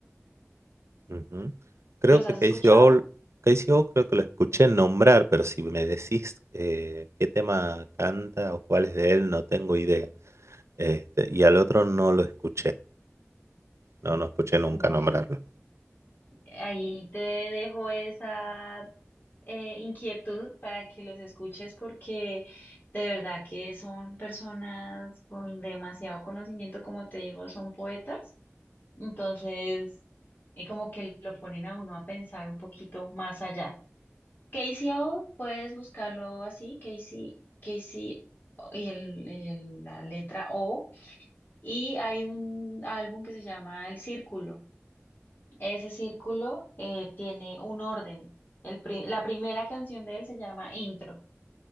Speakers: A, on the right; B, on the left.
A: Ujú. Creo
B: ¿Los
A: que
B: has
A: Casey
B: escuchado?
A: All, Casey All creo que lo escuché nombrar, pero si me decís eh, qué tema canta o cuál es de él, no tengo idea. Este, y al otro no lo escuché, no, no escuché
B: Bueno.
A: nunca nombrarlo.
B: Ahí te dejo esa eh, inquietud para que los escuches porque de verdad que son personas con demasiado conocimiento, como te digo, son poetas. Entonces, eh, como que lo ponen a uno a pensar un poquito más allá. Casey O puedes buscarlo así, Casey Casey y el, el- la letra O. Y hay un álbum que se llama El Círculo. Ese círculo eh, tiene un orden. El pri- la primera canción de él se llama Intro